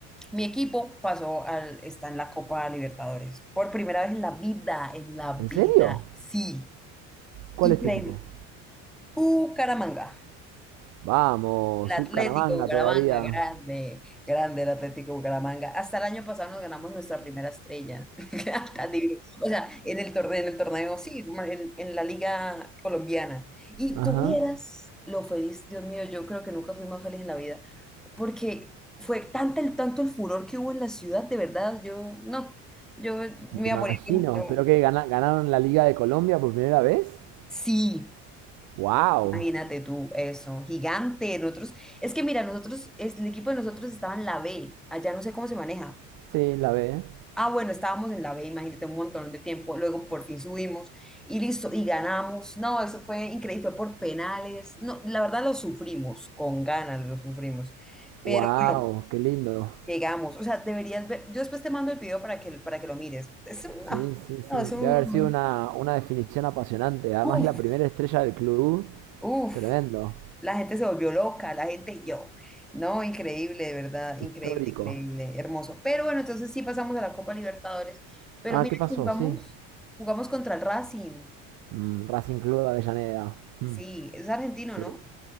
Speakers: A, in the centre; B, on the right.
A: mi equipo pasó al, está en la Copa Libertadores. Por primera vez en la vida, en la
B: ¿En
A: vida.
B: serio?
A: Sí,
B: ¿Cuál
A: increíble.
B: es tu equipo?
A: Bucaramanga.
B: Vamos,
A: El Atlético
B: Bucaramanga
A: Bucaramanga,
B: todavía.
A: grande, grande el Atlético Bucaramanga. Hasta el año pasado nos ganamos nuestra primera estrella. <laughs> Tan divino. O sea, en el torneo, en el torneo, sí, como en, en la liga colombiana. Y
B: Ajá.
A: tuvieras lo feliz, Dios mío, yo creo que nunca fui más feliz en la vida, porque fue tanto el, tanto el furor que hubo en la ciudad, de verdad, yo, no, yo me
B: Me imagino,
A: iba a morir. de- de-
B: pero que gana- ganaron la Liga de Colombia por primera vez.
A: Sí,
B: ¡Wow!
A: Imagínate tú, eso, gigante. Nosotros, es que mira, nosotros, es- el equipo de nosotros estaba en la B, allá no sé cómo se maneja.
B: Sí, la ve.
A: Ah, bueno, estábamos en la B, imagínate un montón de tiempo, luego por fin subimos y listo, y ganamos. No, eso fue increíble, fue por penales. No, la verdad lo sufrimos, con ganas lo sufrimos. Pero
B: ¡Wow!
A: bueno,
B: ¡Qué lindo!
A: llegamos. O sea, deberías ver, yo después te mando el video para que, para que lo mires. Es una,
B: Sí, sí, sí.
A: no, es un,
B: Debe haber sido una, una definición apasionante. Además,
A: uff,
B: la primera estrella del club.
A: uff.
B: Tremendo.
A: La gente se volvió loca, la gente yo. No, increíble, de verdad, increíble,
B: Histórico.
A: increíble, hermoso. Pero bueno, entonces sí pasamos a la Copa Libertadores. Pero
B: Ah,
A: mira
B: ¿qué pasó?
A: que jugamos,
B: Sí.
A: jugamos contra el Racing.
B: Mm, Racing Club de Avellaneda. Mm,
A: Sí, es argentino,
B: sí.
A: ¿no?